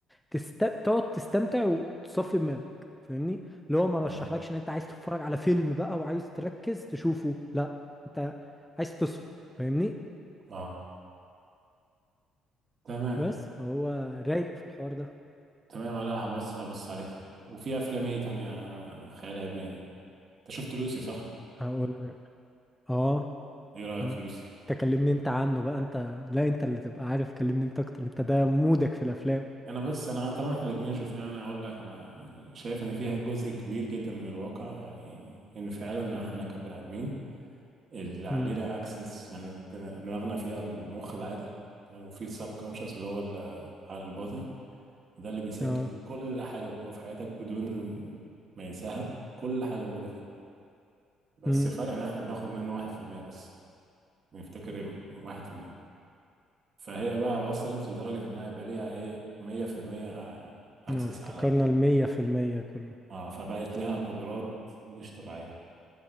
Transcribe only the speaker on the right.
تمام
اه تمام
تمام لا هبص هبص عليه وفي افلام ايه تانية خيال علمي انت شفت لوسي صح؟
ايه رأيك
في لوسي؟
انا بس انا طبعا احنا الاثنين شفناه انا اقول لك انا شايف ان فيها جزء كبير جدا من الواقع يعني ان فعلا احنا كبني ادمين اللي علينا
اكسس يعني دماغنا فيها المخ العادي تمام وفي السب كونشس اللي هو ال- على الباطن وده اللي بيسجل
كل حاجه بتمر في حياتك بدون ما ينساها كل حاجه موجوده فيه بس
الفرق ان احنا بناخد منه 1% بس بنفتكر 1% فهي بقى وصلت لدرجه انها يبقى ليها ايه 100% اكسس
على ال
اه فبقت لها قدرات مش طبيعية